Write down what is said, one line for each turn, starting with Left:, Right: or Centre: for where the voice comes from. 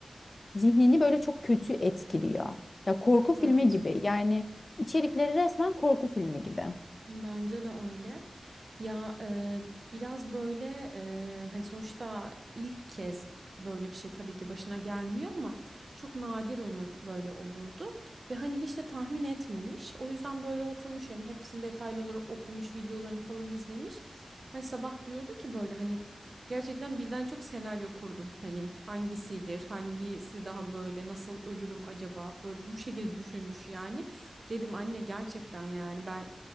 Left: zihnini böyle çok kötü etkiliyor. Ya korku filmi
Right: Evet.
Left: gibi yani içerikleri resmen korku filmi gibi.
Right: Bence de öyle. Ya e, biraz böyle e, hani sonuçta ilk kez böyle bir şey tabii ki başına gelmiyor ama çok nadir onun böyle olurdu. Ve hani hiç de tahmin etmemiş. O yüzden böyle oturmuş yani hepsini detaylı olarak okumuş, videolarını falan izlemiş. Hani sabah diyordu ki böyle hani gerçekten birden çok senaryo kurdum. Hani hangisidir, hangisi daha böyle nasıl ölürüm acaba? Böyle bu şekilde düşünmüş yani. Dedim anne gerçekten yani ben